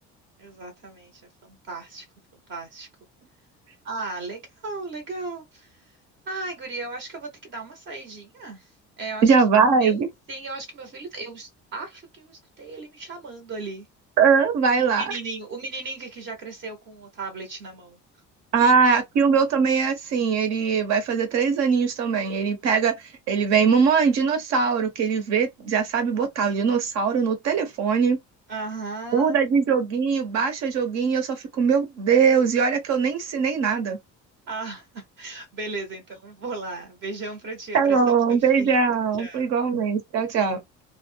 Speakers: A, on the right; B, on the right.
A: Exatamente, é fantástico, é fantástico. Ah, legal, legal. Ai, guria, eu acho que eu vou ter que dar uma saidinha. É, eu acho
B: Já
A: que
B: vai,
A: meu, sim, eu acho que meu filho, eu es- acho que eu escutei ele me chamando ali.
B: <laughs> vai lá.
A: O menininho, o menininho que que já cresceu com o tablet na mão.
B: Ah, aqui o meu também é assim, ele vai fazer três aninhos também. Ele pega, ele vem, mamãe, dinossauro, que ele vê, já sabe botar o dinossauro no telefone,
A: Aham.
B: muda de joguinho, baixa joguinho, eu só fico, meu Deus, e olha que eu nem ensinei nada.
A: Ah, <laughs> beleza, então vou lá. Beijão pra ti,
B: Tá
A: abração
B: bom,
A: pro teu
B: beijão,
A: filho. Tchau.
B: igualmente. Tchau, tchau.